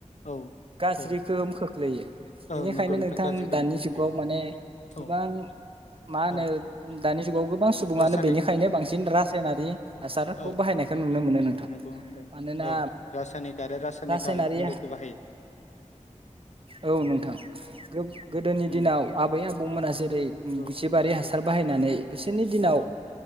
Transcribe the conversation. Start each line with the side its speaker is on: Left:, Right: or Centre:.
Left: औ
Right: गाज्रिखोम
Left: औ
Right: खोख्लैयो
Left: औ
Right: बेनिखायनो
Left: नंगौ
Right: नोंथां
Left: गाज्रि गोहोम
Right: दानि
Left: खोख्लैयो
Right: जुगाव माने गोबां
Left: औ
Right: मा होनो
Left: औ
Right: दानि औ गोबां सुबुङानो
Left: रासायनिक
Right: बेनिखायनो बांसिन रासायनारि हासारखौ
Left: औ
Right: बाहायनायखौ नुनो मोनो नोंथां।
Left: नंगौ नोंथां
Right: मानोना
Left: औ रासायनिक आरो रासायनिक
Right: रासायनारि
Left: मुलिखौ बाहायो
Right: औ नोंथां गो-गोदोनि
Left: उम
Right: दिनाव आबै आबौमोना जेरै
Left: औ
Right: जिबारि
Left: नंगौ
Right: हासार फैनानै बिसोरनि दिनाव
Left: औ